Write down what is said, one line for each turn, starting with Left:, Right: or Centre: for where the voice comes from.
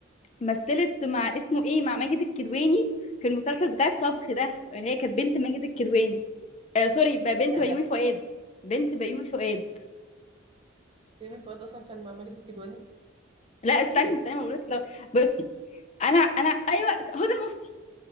Left: مثلت مع اسمه ايه مع ماجد الكدواني في المسلسل بتاع الطبخ ده اللي هي كانت بنت ماجد الكدواني آه سوري ب- بنت
Right: ايه
Left: بيومي
Right: ده
Left: فؤاد بنت بيومي فؤاد
Right: ريمي فؤاد اصلا كان مع ماجد الكدواني
Left: لا استني
Right: مين دول
Left: استني بقول لك لو بصي انا انا ايوه هدى المفتي